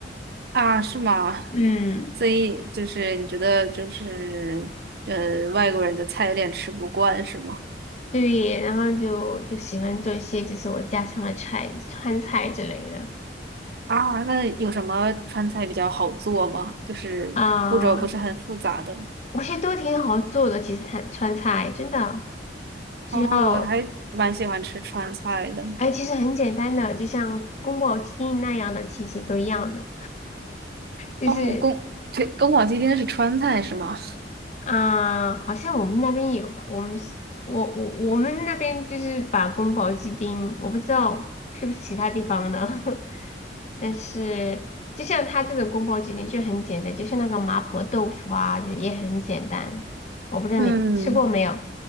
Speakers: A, on the right; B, on the left.
A: 啊，是吗？
B: 嗯，
A: 所以就是你觉得就是呃外国人的菜有点吃不惯是吗？
B: 对，然后就就喜欢做一些就是我家乡的菜，川菜之类的。
A: 啊，那有什么川菜比较好做吗？就是步骤不是很复杂的。
B: 啊、我觉得都挺好做的，其实川川菜真的只要，
A: 啊，我还蛮喜欢吃川菜的。
B: 哎，其实很简单的，就像宫保鸡丁那样的情形都一样的，<laughs> 就是
A: 哦，宫，对，宫保鸡丁是川菜是吗？
B: 啊、好像我们那边有吧，我们是我我我们那边就是把宫保鸡丁，我不知道是不是其他地方的，<laughs> 但是就像它这种宫保鸡丁就很简单，就像那个麻婆豆腐啊，就也很简单，我不知道你吃过没有。
A: <laughs> 嗯，